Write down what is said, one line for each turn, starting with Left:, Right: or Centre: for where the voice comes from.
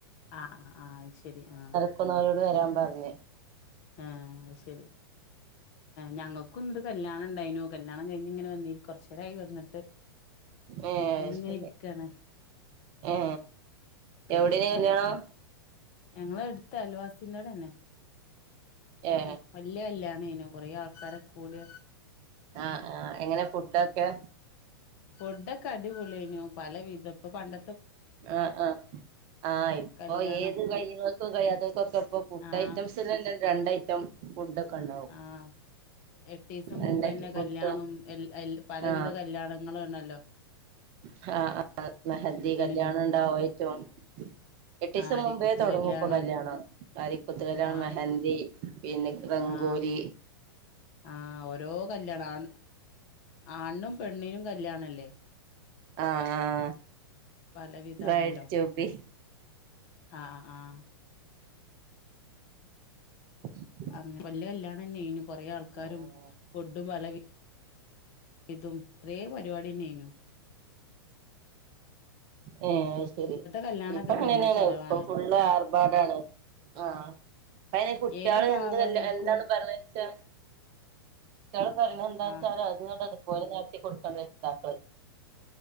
Left: ആഹ് ആ ആഹ് ശരി ആഹ.
Right: ക്കും അവരോട് വരാൻ പറഞ്ഞ്.
Left: ആഹ അ ശരി. ഞങ്ങക്കു ഇന്നരു കല്യാണം ഉണ്ടായിനോ കല്യാണം കഴിഞ്ഞഞ് ഇങ്ങനെന്നി കൊറച്ച നേരായി വന്നിട്ട്.
Right: എ
Left: എന്നിങ്ങനെ
Right: ശരി
Left: ഇരിക്കാണ്
Right: ഏ
Left: ഉം
Right: എവിടൊന്
Left: ഞങ്ങ
Right: കല്യാണം.
Left: ഞങ്ങളെ എടുത്ത അയൽവാസന്റെറെോടെ തന്നെ.
Right: ഏ
Left: അഹ് വല്യ കല്ല്യാണേനു കൊറെേ ആൾക്കാരൊക്കെ കൂടി
Right: ആഹ് ആഹ് എങ്ങനെ ഫുഡ്ഡൊക്കെ?
Left: ഫുഡ്ഡൊക്കെ അടിപൊള്യേനു, പല വിധം. ഇപ്പ പണ്ട
Right: ആഹ് ആഹ്, ആഹ് ഇപ്പൊ
Left: കല്യാണം
Right: ഏത് കയ്യ്ണോൽക്കും കയ്യാത്തോൽക്കൊക്കെപ്പം ഫുഡ്ഡൈറ്റംസ്
Left: ആഹ്
Right: സ് ലെന്നെ രണ്ടയ്റ്റം ഫുഡ് ഉണ്ടാവും
Left: ആഹ്. എട്ടീസം
Right: രണ്ടൈറ്റം
Left: മുമ്പെന്നെ
Right: ഫുഡും
Left: കല്യാണും എൽ എൽ പലവിധ
Right: ആ
Left: കല്യാണങ്ങളു ആണല്ലോ.
Right: <unintelligible> മെഹന്ദി കല്യാണം
Left: ഇതും
Right: ഇണ്ടാവായ്റ്റും എട്ടീസം
Left: ആര്യക്കുത്ത്
Right: മുമ്പേ തൊടങ്ങുപ്പം
Left: കല്യാണം
Right: കല്ല്യാണം. അരിക്കുത്ത് കല്ല്യാണം
Left: ആഹ്
Right: മെഹൻ ന്ദി പിന്നെ റങ്കോലി
Left: ആഹ് ആഹ് ഓരോ കല്ല്യാണം, ആണ് ആണിനും പെണ്ണിനും കല്ല്യാണല്ലേ.
Right: ആഹ്
Left: പലവിധാണല്ലോ
Right: ബ്രൈഡ് ടു ബി.
Left: ആഹ് ആ ആഹ്.
Right: <unintelligible>
Left: അങ്ങ് വല്യ കല്ല്യാണെന്നേനു. കൊറേ ആൾക്കാരും,
Right: ആഹ്
Left: ഫുഡ്ഡും പലവി ഇതും, ഇത്രേ പരിപാട്യെന്നേനു.
Right: ഏഹ് അത് ശരി.
Left: കല്യാണൊക്കെ
Right: ഇപ്പങ്ങനേണ്,
Left: പെരും ചെലവാണ്
Right: ഇപ്പം ഫുള്ള് ആർഭാടാണ്. ആഹ്, ഇപ്പയ്ന് കുട്ട്യാള്
Left: ഏത് പാവങ്ങക്കും
Right: എന്ത്നല്ല എന്താണ് പർഞ്ഞേച്ചാ കുട്ട്യാള് പറിണെ എന്താച്ചാല്
Left: ആഹ്
Right: അത്ങ്ങട്ട് അതുപോലെ നടത്തി കൊടുക്കാണ് രക്ഷിതാക്കള്.